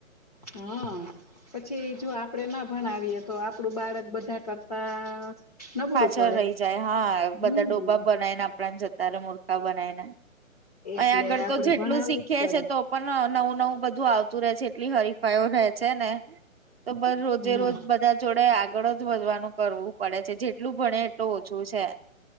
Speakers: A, on the left; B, on the right.
A: હા પછી જો આપડે ના ભણાવીએ તો આપડું બાળક બધા કરતા નબળું
B: પાછળ
A: પડે
B: રઇ જાય હા
A: હમ
B: બધા ડોબા બનાઇને આપણાને જતા રે મૂર્ખા બનાઈને
A: એટલે
B: અઇયા આગળ
A: આપડે
B: તો જેટલું
A: ભણાવવું
B: શીખીએ
A: જ પડે
B: છે તો પણ નવું નવું બધું આવતું રે છે એટલી હરીફાઈ રે છે ને તો બર રોજે
A: હમ
B: રોજ બધા જોડે આગળ જ વધવાનું કરવું પડે છે જેટલું ભણે એટલું ઓછું છે.